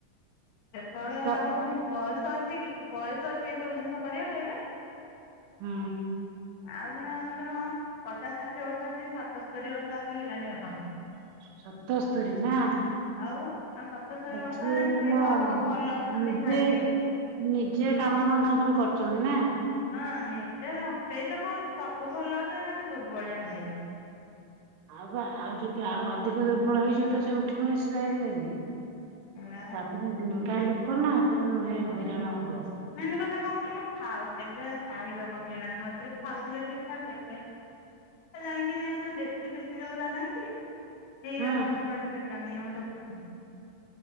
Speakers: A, on the left; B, on the right.
A: ସେତେବେଳେ
B: ତ
A: ଆଉ ବୟସ ଅଛିକି ବୟସ ଅଛି ଏଇ ସବୁ ଜିନିଷ କରିବାକୁ ଏଇରା?
B: ହୁଁ।
A: ଆଉ ସିନା ଗୋଟେ ହଁ ପଚାଶ ଷାଠିଏ ବର୍ଷ ଅଛି ସତସ୍ତରୀ ବର୍ଷ ଆସିକି ହେଲାଣି ବାପାଙ୍କୁ
B: ସତସ୍ତରୀ ନା?
A: ଆଉ ଆଉ ସତସ୍ତରି
B: ବାକି
A: ବର୍ଷ ହେଲାଣି
B: ହେଲା
A: ସିଏ କଣ କଁ ଭଲ ଅଛନ୍ତି
B: ନିଜେ
A: ଖାଇ ପିଇକି।
B: ନିଜେ କାମ ଧନ୍ଦା ସବୁ କରୁଚନ୍ତିନା?
A: ହଁ ନିଜେ ସବୁ ସେଇତ କହୁଚି ସବୁ ଭଲ ଅଛନ୍ତି ଖାଲି ଦୁର୍ବଳିଆ ହେଇଯାଇଚନ୍ତି।
B: ଆଉ ବା ଆଉ ଯଦି ଆଉ ଅଧିକ ଦୁର୍ବଳ ହେଇଯିବେତ ସେଉଠି ବ ବସିପାରିବେନି।
A: ଏଇଆ
B: ତାପରେ ଢେଙ୍କା ଲୋକନା ସେମାନେ ଭାରି
A: ହୁଁ।
B: ହଇରାଣ ହବ।
A: ମେନ୍ କଥା କଁ କଥିଲୁ ଖାଉ ଏବେ ଖାଇବା କମିଗଲାଣି ମଝିରେ ଖାଉଥିଲେ ଠିକ୍ ଠାକ୍ ଏବେ ଯାଇକି ନାଇଁ ଯୋଉ ଦେଶୀ ଫେଶୀ ଯଉରା ନାହିଁକି ସେଇରା
B: ହଁ
A: କଣ କୁଆଡ଼େ ସେଇଟା ମତେ ବୁ